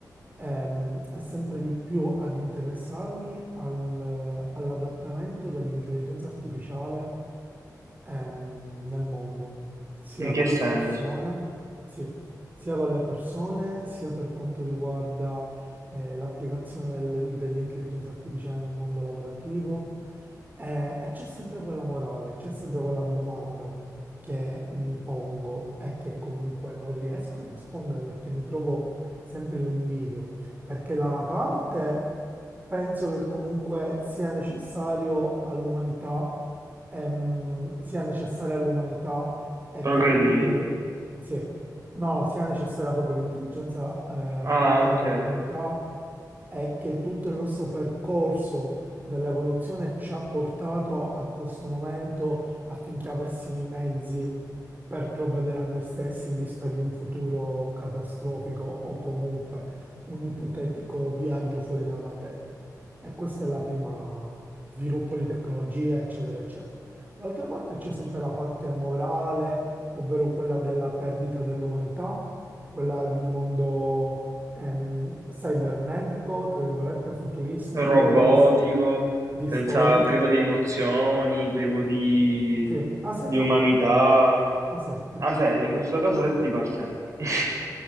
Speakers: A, on the right (about 25°); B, on the right (about 50°).
A: ehm, e sempre di più ad interessarmi al- all'adattamento dell'intelligenza artificiale, ehm, nel mondo, sia
B: In che
A: con
B: senso?
A: le persone, sì, sia con le persone, sia per quanto riguarda, eh, l'applicazione del- dell'intelligenza artificiale nel mondo lavorativo. Eh, e c'è sempre quella morale, c'è sempre quella domanda che mi pongo è che comunque non riesco a rispondere perché mi trovo sempre in un bivio, perché da una parte penso che comunque sia necessario all'umanità, ehm, sia necessaria all'umanità e
B: Progredire.
A: che quindi sì, no, no, sia necessaria proprio l'intelligenza, eh, artificiale
B: Ah, ok.
A: all'umanità e che tutto il nostro percorso dell'evoluzione ci ha portato a questo momento affinché avessimo i mezzi per provvedere a noi stessi in vista di un futuro catastrofico o comunque un ipotetico viaggio fuori dalla Terra. E questa è la prima sviluppo di tecnologia, eccetera, eccetera. D'altra parte c'è sempre la parte morale, ovvero quella della perdita dell'umanità, quella di un mondo ehm, cibernetico, tra virgolette, futuristico,
B: Robotico,
A: dis- distopico,
B: senza, privo di emozioni, privo di,
A: sì, asettico,
B: di umanità.
A: asettico.
B: Ah, sei, in questo caso settico ha senso. <laughs>